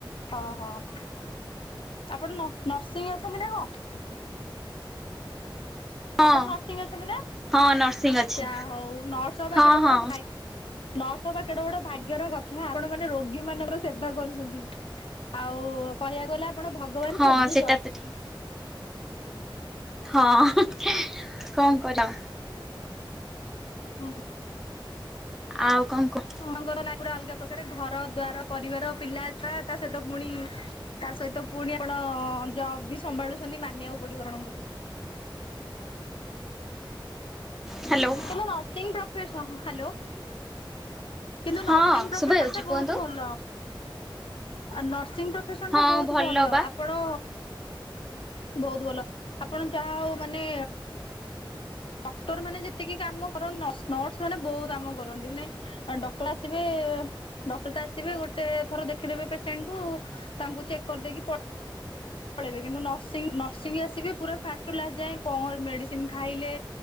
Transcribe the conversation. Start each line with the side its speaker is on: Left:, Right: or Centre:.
Left: ହଁ, ହଁ। ଆପଣ ନ-ନର୍ସିଂ ଅଛନ୍ତି ନା କଣ?
Centre: ହଁ
Left: ଆପଣ ନର୍ସିଂ ଅଛନ୍ତି ନା?
Centre: ହଁ ନର୍ସିଂ ଅଛି
Left: ଯହା ହଉ ନର୍ସ ହବା
Centre: ହଁ
Left: କେଡେ ବଡ
Centre: ହଁ
Left: ଭା ନର୍ସ ହବା କେଡେ ବଡ ଭାଗ୍ୟର କଥା, ଆପଣ ମାନେ ରୋଗୀ ମାନଙ୍କର ସେବା କରୁଛନ୍ତି। ଆଉ କହିବାକୁ ଗଲେ ଆପଣ ଭଗବାନ
Centre: ହଁ
Left: ସଦୃଶ।
Centre: ସେଟା ତ ଠିକ୍ ହଁ, କଣ କରିବା।
Left: ହୁଁ।
Centre: ଆଉ କଣ କୁହ?
Left: ପୁଅ ଙ୍କର ଲାଇଫ୍ ପୁରା ଅଲଗା ପ୍ରକାର, ଘର ଦୁଆର ପରିବାର ପିଲା ଛୁଆ, ତା ସହିତ ଫୁଣି ତା ସହିତ ପୁଣି ଆପଣ ଜବ୍ ବି ସମ୍ଭାଳୁଛନ୍ତି, ମାନିବାକୁ ପଡିବ ଆପଣଙ୍କୁ।
Centre: ହ୍ୟାଲୋ
Left: କିନ୍ତୁ ନର୍ସିଂ ପ୍ରଫସ- ହ୍ୟାଲୋ। କିନ୍ତୁ
Centre: ହଁ
Left: ନର୍ସିଂ ପ୍ରଫେସନ
Centre: ଶୁଭା ଯାଉଛି
Left: ଟା ବହୁତ
Centre: କୁହନ୍ତୁ
Left: ଭଲ। ନସିଂ ପ ଫେସନ୍
Centre: ହଁ
Left: ଟା ବହୁତ ଭଲ।
Centre: ବା
Left: ଆପଣ ବହୁତ ଭଲ। ଆପଣ ଯାହା ହଉ ମାନେ ଡକ୍ଟର ମାନେ ଯେତିକି କାମ କରନ୍ତି, ନ-ନର୍ସ ମାନେ ବହୁ କାମ କରନ୍ତି। ମାନେ ଡକ୍ଟର ଆସିବେ, ଡକ୍ଟର ତ ଆସିବେ ଗୋଟେ ଥର ଦେଖିଦେବେ ପେସେଣ୍ଟ କୁ ତାଙ୍କୁ ଚେକ୍ କରିଦେଇକି ପ ପଳେଇବେ କିନ୍ତୁ ନର୍ସିଂ ନର୍ସିଂ ଆସିବି ପୁରା ଫାଷ୍ଟ ଟୁ ଲାଷ୍ଟ ଯାଏଁ କଣ ମେଡ଼ିସିନ ଖାଇଲେ